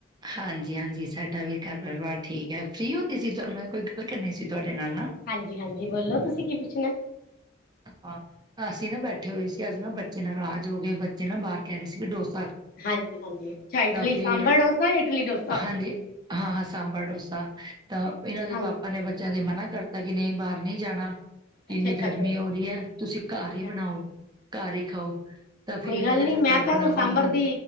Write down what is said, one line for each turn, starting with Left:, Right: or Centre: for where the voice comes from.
Right: ਹਾਂਜੀ-ਹਾਂਜੀ ਸਾਡਾ ਵੀ ਘਾਰ ਪਰਿਵਾਰ ਠੀਕ ਹੈ। ਫਰੀ ਹੋ ਦੀਜੀ ਤੁਹਾ ਮੈਂ ਕੋਈ ਗੱਲ ਕਰਨੀ ਸੀ ਤੁਆਡੇ ਨਾਲ ਨਾ?
Left: ਹਾਂਜੀ-ਹਾਂਜੀ ਬੋਲੋ ਤੁਸੀਂ ਕੀ ਪੁੱਛਣਾ?
Right: ਹਾਂ ਅਸੀਂ ਨਾ ਬੈਠੇ ਹੋਏ ਸੀ, ਅੱਜ ਨਾ ਬੱਚੇ ਨਾਰਾਜ਼ ਹੋ ਗਏ, ਬੱਚੇ ਨਾ ਬਾਹਰ ਕੇਹ ਰਏ ਸੀਗੇ ਡੋਸ
Left: ਹਾਂਜੀ-ਹਾਂਜੀ ਅੱਛਾ ਇਟਲੀ
Right: ਫਿਰ
Left: ਸਾਂਬਰ ਡੋਸਾ ਯਾ ਇਟਲੀ ਡੋਸ
Right: ਹਾਂਜੀ ਹਾਂ-ਹਾਂ ਸਾਂਬਰ ਡੋਸਾ ਤਾਂ ਏਹਨਾਂ ਦੇ
Left: ਹਾਂਜੀ
Right: ਪਾਪਾ ਨੇ ਬੱਚੇਆਂ ਦੇ ਮਨਾ ਕਰ ਤਾਂ ਕਿ ਨਹੀਂ ਬਾਹਰ ਨਹੀਂ ਜਾਣਾ, ਇੰਨੀ
Left: ਅੱਛਾ ਅੱਛਾ
Right: ਗਰਮੀ
Left: ਕੋਈ ਗੱਲ
Right: ਹੋ ਰਈ ਹੈ ਤੁਸੀਂ ਘਾਰ
Left: ਜੀ
Right: ਹੀ ਬਣਾਓ।
Left: ਹਾਂਜੀ।
Right: ਘਾਰ ਹੀ ਖਾਓ। ਤਾਂ ਫਿਰ
Left: ਕੋਈ ਗੱਲ
Right: ਕਿਹਾ
Left: ਨੀ,
Right: ਚੱਲ
Left: ਮੈਂ
Right: ਕੱਲ
Left: ਤੁਹਾਨੂੰ
Right: ਬਣਾਵਾਂਗੀ,
Left: ਸਾਂਬਰ ਦੀ